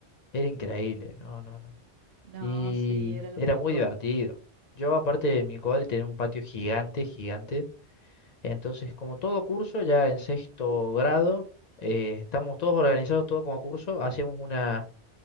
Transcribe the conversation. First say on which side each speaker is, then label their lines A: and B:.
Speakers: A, on the left (about 55°); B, on the right (about 60°).
A: Era increíble, no, no, no.
B: No,
A: Y
B: sí, era lo
A: era
B: mejor.
A: muy divertido. Yo, aparte de mi cole, tenía un patio gigante, gigante. Entonces, como todo curso, ya en sexto grado, eh, estábamos todos organizados, todo como curso, hacíamos una,